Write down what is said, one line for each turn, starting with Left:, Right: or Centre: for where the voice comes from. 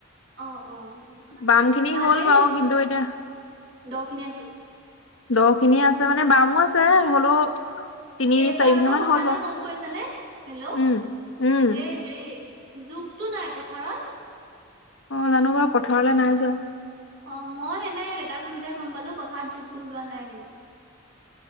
Right: অ', অ',
Left: বাম খিনি
Right: ভালেই,
Left: হ'ল বাৰু কিন্তু এতিয়া
Right: দহ খিনি আছে
Left: দহ খিনি আছে মানে বামো আছে হলেও তিনি
Right: এবাৰ
Left: চাৰি বিঘা
Right: আকৌ
Left: মান
Right: কথা
Left: হ'ল
Right: এটা
Left: বাৰু
Right: মন কৰিছ নে হেল্ল' এ
Left: উম উম
Right: হেৰি জুকটো নাই পথাৰত
Left: অ', জানো বাৰু পথাৰলৈ নাই যোৱা।
Right: অ', মই সেইদিনা এই দেউেতাক সুধোঁতে গম পালো পথাৰত জুকটো ওলোৱা নাই বোলে।